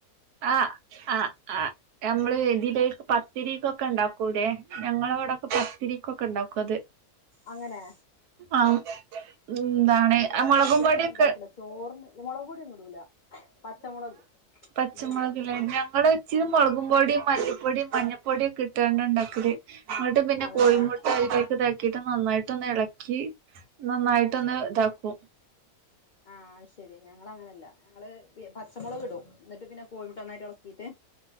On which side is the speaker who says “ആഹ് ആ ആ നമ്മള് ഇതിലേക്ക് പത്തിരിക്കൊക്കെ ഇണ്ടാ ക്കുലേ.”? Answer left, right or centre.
Right